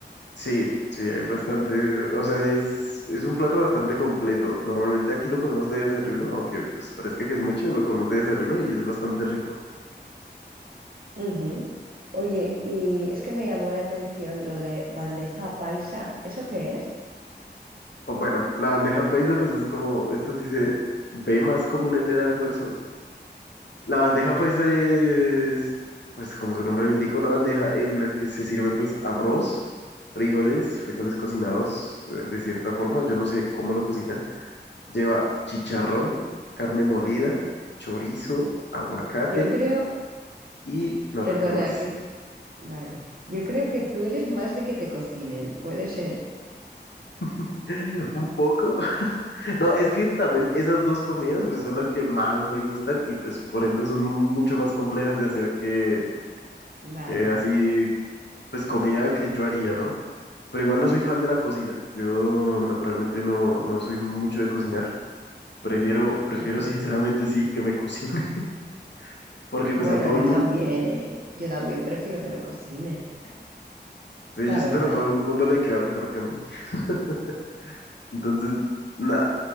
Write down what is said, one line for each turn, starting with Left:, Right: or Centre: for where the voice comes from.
Left: Sí, sí, hay bastante, o sea, es, es un plato bastante completo. Normalmente aquí lo comemos de desayuno, aunque pues parezca que es mucho, lo comemos de desayuno y es bastante rico.
Right: Ujú. Oye, y es que me llamó la atención lo de bandeja paisa. ¿Eso qué es?
Left: O bueno, la bandeja paisa pues es como, esta sí se ve más común en el almuerzo. La bandeja paisa es, pues como su nombre lo indica, una bandeja en la que se sirve pues arroz, frijoles, frijoles cocinados eh, de cierta forma, yo no sé cómo lo cocinan. Lleva chicharrón, carne molida, chorizo, aguacate
Right: Yo creo,
Left: y no
Right: perdona,
Left: recuerdo más.
Right: que... Vale, yo creo que tú eres más de que te cocinen, puede ser.
Left: <laughs> Un poco. <laughs> No, es que también esas dos comidas pues, son las que más me gustan y pues por ende son mucho más complejas de hacer que,
Right: Vale.
Left: que así, pues comida que yo haría, ¿no? Pero igual no soy fan de la cocina. Yo naturalmente no, no soy mucho de cocinar. Prefiero, prefiero
Right: Ujú.
Left: <laughs> sinceramente sí que me cocine, <laughs> porque
Right: Bueno,
Left: pues a todo
Right: yo
Left: el
Right: también,
Left: mundo,
Right: eh, yo también prefiero que me cocinen,
Left: sí,
Right: la
Left: yo siento
Right: verdad.
Left: que a todo el mundo le queda mejor que a mí. <laughs> Entonces, nada,